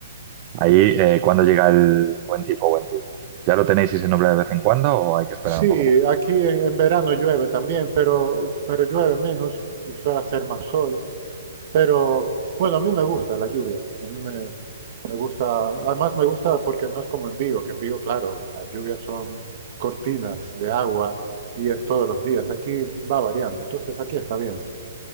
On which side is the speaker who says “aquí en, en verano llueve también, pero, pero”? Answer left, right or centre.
Right